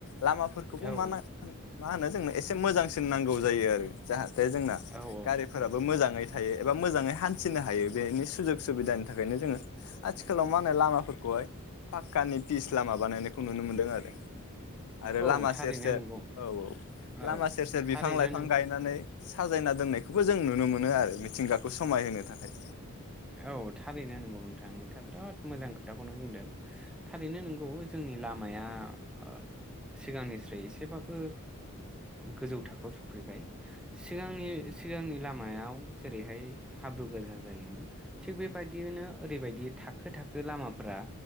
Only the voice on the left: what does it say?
लामाफोरखौबो
मा ना मा होनो जोंनो एसे मोजांसिन नांगौ जायो आरो जाहा जोंना
गारिफोराबो मोजांङै थायो एबा मोजांङै हान्थिनो हायो। बेनि सुजुग सुबिदानि थाखायनो जोङो आथिखालाव मा होनो लामाफोरखौहाय पाककानि पिस लामा बानायनायखौ नुनो मोनदों आरो। आरो
लामा
सेर सेर
औ औ
लामा सेर सेर बिफां
लाइफां
गायनानै साजायना दोननायखौबो जों नुनो मोनो आरो मिथिंगा खौ समायहोनो थाखाय।